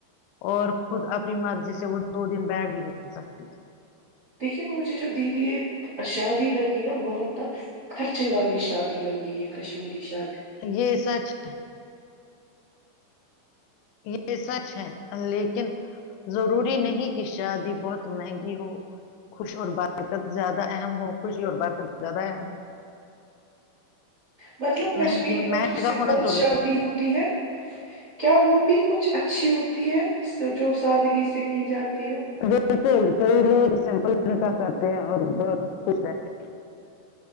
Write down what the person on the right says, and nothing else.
لیکن مجھے جو دیدی یہ شادی لگی نا بہت نا خرچے والی شادی لگی یہ کشمیری شادی
مطلب کشمیری
میں جو س
بول
جلی ہوتی ہے کیا وہ بھی کچھ اچھی ہوتی ہے سے جو سادگی سے کی جاتی ہو